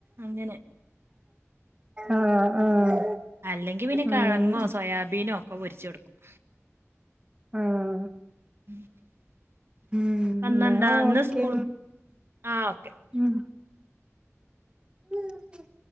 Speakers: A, on the right; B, on the right.
A: അങ്ങനെ
B: ആഹ് ആഹ്
A: അല്ലെങ്കി പിന്നെ കഴങ്ങോ
B: ഉം
A: സോയാബീനോ ഒക്കെ പൊരിച്ച്കൊടുക്കും
B: ആഹ്
A: <inaudible>
B: ഉം
A: ഇപ്പ ഇന്നെന്താ
B: ന്നാ
A: ഇന്ന്
B: ഓക്കെ
A: സ്കൂൾ ആഹ് ഓക്കെ
B: ഉ ഉ